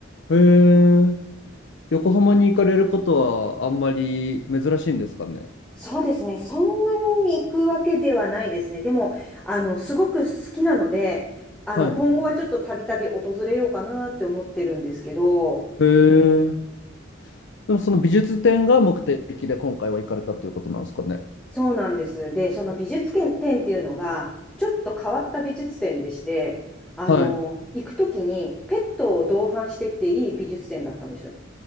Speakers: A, on the left; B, in the centre.
A: い。えー、横浜に行かれることはあんまり珍しいんですかね
B: そうですね。そんなに行くわけではないですね。でも、あの、すごく好きなので、あの、
A: はい。
B: 今後はちょっとたびたび訪れようかなって思ってるんですけど、
A: へえー、でもその美術展が目的で今回は行かれたということなんですかね
B: そうなんです。で、その美術展っていうのが、ちょっと変わった美術展でして、あの、
A: はい。
B: 行くときにペットを同伴してっていい美術展だったんですよ。